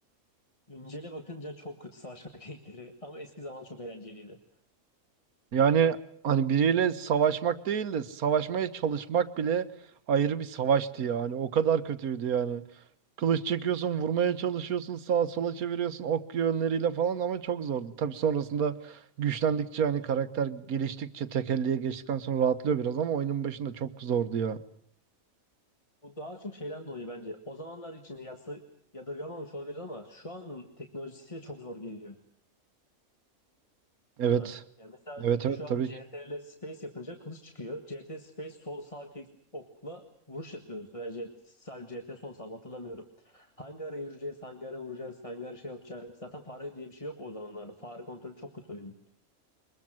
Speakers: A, on the left; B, on the right.
A: Güncele bakınca çok kötü savaş <laughs> mekanikleri ama eski zaman çok eğlenceliydi.
B: Yani hani biriyle savaşmak değil de savaşmaya çalışmak bile ayrı bir savaştı yani. O kadar kötüydü yani. Kılıç çekiyorsun, vurmaya çalışıyorsun, sağa sola çeviriyorsun ok yönleriyle falan ama çok zordu. Tabii sonrasında güçlendikçe hani karakter geliştikçe tekelliğe geçtikten sonra rahatlıyor biraz ama oyunun başında çok zordu ya.
A: Bu daha çok şeyden dolayı bence. O zamanlar için yadsı, yadırgamamış olabilir ama şu anın teknolojisi çok zor geliyor.
B: Evet.
A: Değil mi? Yani mesela
B: Evet
A: şu
B: evet tabii
A: an CTRL
B: ki.
A: Space yapınca kılıç çıkıyor. CTRL Space sol sağ klik okla vuruş yapıyoruz. Veya C- sadece CTRL sol sağ mı hatırlamıyorum. Hangi ara yürüyeceğiz, hangi ara vuracağız, hangi ara şey yapacağız. Zaten fare diye bir şey yok o zamanlarda. Fare kontrolü çok kötü oyunun.